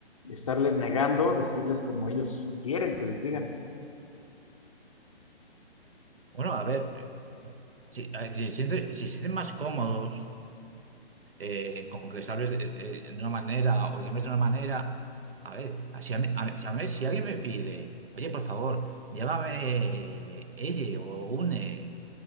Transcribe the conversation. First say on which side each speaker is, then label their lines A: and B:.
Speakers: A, on the left (about 30°); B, on the right (about 60°).
A: estarles negando, decirles como ellos quieren que les digan?
B: Bueno, a ver, si, a ver, si, se siente- si se sienten más cómodos eh, con que les hables de, eh, de una manera o les llames de una manera, a ver, si, a mí- a mí- si, a mí- si alguien me pide, oye, por favor, llévame eh, ella o une.